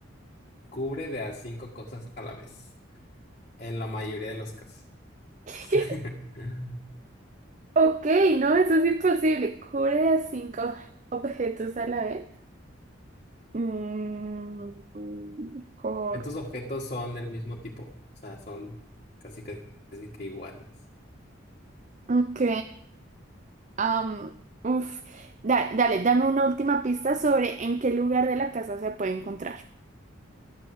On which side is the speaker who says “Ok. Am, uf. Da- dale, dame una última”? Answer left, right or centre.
Right